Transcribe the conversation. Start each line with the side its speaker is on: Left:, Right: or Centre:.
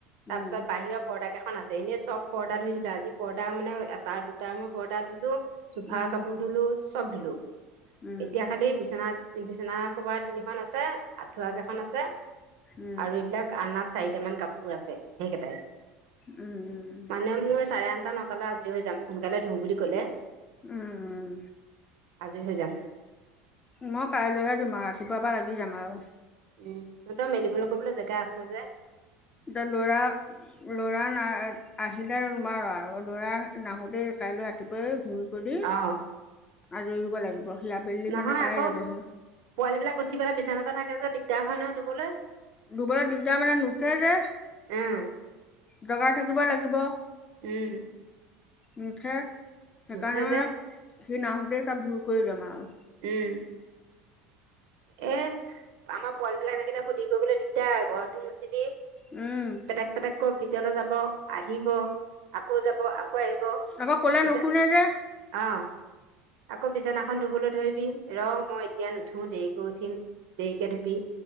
Right: তাৰপিছত
Left: উম
Right: বাহিৰৰ পৰ্দা কেইখন আছে এনেই চব পৰ্দা ধুই দিলো আজি পৰ্দা মানে এটা দুটাৰ মই পৰ্দা ধুলো। চোফাৰ
Left: উম
Right: কাপোৰ ধুলো চব ধুলো।
Left: উম
Right: এতিয়া খালি বিচনাত বিচনা কভাৰ তিনিখন আছে। আঠুৱা কেইখন আছে
Left: উম
Right: আৰু এইবিলাক আলনাত চাৰিটামান কাপোৰ আছে সেই কেইটাই।
Left: উম উম।
Right: মানে মোৰ চাৰে আঠটা নটালৈ আজৰি হৈ যাম সোনকালে ধুও বুলি ক'লে,
Left: উম
Right: আজৰি হৈ যাম।
Left: মই কাইলৈহে ধুম আৰু ৰাতিপুৱাৰ পৰা লাগি যাম আৰু
Right: উম তহত মেলিবলৈ কৰিবলৈ জেগা আছে যে।
Left: দ লৰা ল'ৰা না আহিলে নোৱাৰোঁ আৰু ল'ৰা নাহোঁতেই কাইলৈ ৰাতিপুৱাই ঘূই, কৰি
Right: অ
Left: আজৰি হব লাগিব। সি আবেলি
Right: নহয়
Left: মানে পায়ে
Right: আকৌ
Left: যাবহি
Right: পোৱালি বিলাক উঠি পেলাই বিচানাতে থাকে যে দিগ দাৰ হয় ন ধুবলৈ।
Left: ধুবলৈ দিগদাৰ মানে নুঠে যে
Right: উম
Left: জগাই থাকিব লাগিব।
Right: উম
Left: নুঠে সেইকাৰণে
Right: নুঠে
Left: মানে
Right: যে
Left: সি নাহোতে চব দূৰ কৰি লম আৰু,
Right: উম এ আমাৰ পোৱালি বিলাক থাকিলে সুধি কৰিবলৈ দিগদাৰ ঘৰটো মুচিবি,
Left: উম
Right: পেটেক পেটেক কৈ ভিতলৈ যাব আহিব। আকৌ যাব আকৌ আহিব
Left: আকৌ ক'লে
Right: পিছে
Left: নুশুনে যে
Right: অ আকৌ বিছনাখন ধুবলৈ ধৰিবি ৰম মই এতিয়া নুঠো দেৰিকৈ উঠিম দেৰিকে ধুবি